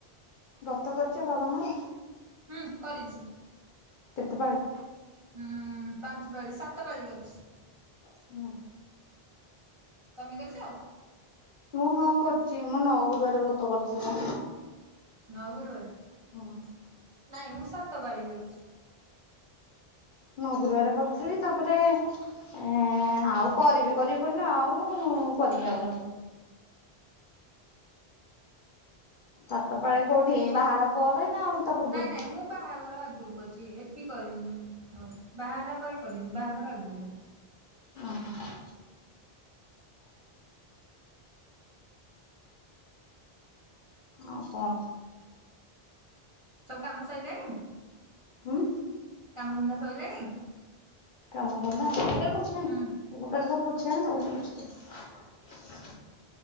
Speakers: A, on the left; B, on the right.
A: ବ୍ରତ କରୁଛ ବାବାଙ୍କର?
B: ହୁଁ କରିଛି।
A: କେତେ ପାଳି?
B: ଉୁଁ ପାଞ୍ଚ ପାଳି ସାତ ପାଳି କରିଛି।
A: ହୁଁ।
B: ତମେ କରିଛ?
A: ମୁଁ ହଁ କରୁଛି ମୁଁ ନଅଗୁରୁବାରେ ବ୍ରତ କରିଥିଲି।
B: ନଅ ଗୁରୁବାର
A: ହୁଁ
B: ନାଇଁ ମୁଁ ସାତ ପାଳି କରିଛି।
A: ମୁ ଗୁରୁବାର କରିଥିଲି ତାପରେ ଏ ଆଉ କରିବି କରିବି ବୋଲି ଆଉ କରିପାରୁନି। ସାତ ପାଳି କୋଉଠି ବାହାହେଲା ପରେ ନା ତା ପୂର୍ବରୁ
B: ନାଇଁ ନାଇଁ ମୁଁ ବାହାଘର ଆଗରୁ କରିଛି ଏଠି କରିନିନି ହଉ ବାହା ହେଲା ପରେ କରିନି ବାହାଘର ଆଗରୁ କରିଛି।
A: ଓହ। ଆଉ କଣ?
B: ସବୁ କାମ ସରିଲାଣି
A: ହୁଁ
B: କାମଧନ୍ଦା ସଇଲାଣି?
A: କାମ ଧନ୍ଦା ସେଇଟାର ପୋଛି
B: ହୁଁ
A: ହୋନି ତାପରେ ମୁଁ ପୋଛିଦେବି।